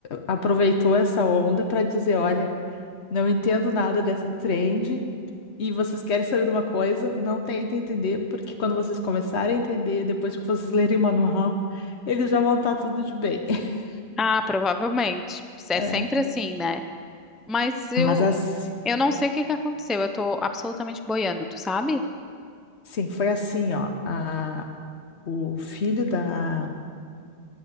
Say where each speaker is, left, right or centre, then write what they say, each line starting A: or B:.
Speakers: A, on the left (about 85°); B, in the centre.
A: aproveitou essa onda para dizer, olha, não entendo nada dessa trend e vocês querem saber de uma coisa, não tentem entender, porque quando vocês começarem a entender, depois que vocês lerem o manual, <laughs> eles já vão estar tudo de bem. <laughs>
B: Ah, provavelmente. É
A: É.
B: sempre assim, né? Mas eu,
A: Mas assim,
B: Eu não sei o que que aconteceu. Eu tô absolutamente boiando, tu sabe?
A: sim, foi assim, ó. A, o filho da